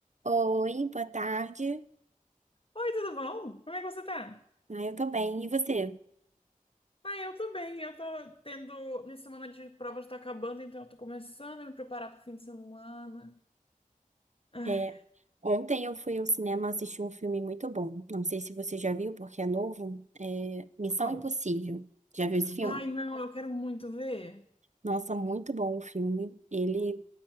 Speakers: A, on the right; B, on the left.
A: Oi, boa tarde.
B: Oi, tudo bom? Como é que você tá?
A: Ah, eu tô bem. E você?
B: Ah, eu tô bem. Eu tô tendo. Minha semana de provas tá acabando, então eu tô começando a me preparar pro fim de semana. Ah,
A: É, ontem eu fui ao cinema assistir um filme muito bom. Não sei se você já viu, porque é novo. É Missão
B: au.
A: Impossível. Já viu esse filme?
B: Ai, não, eu quero muito ver.
A: Nossa, muito bom o filme. Ele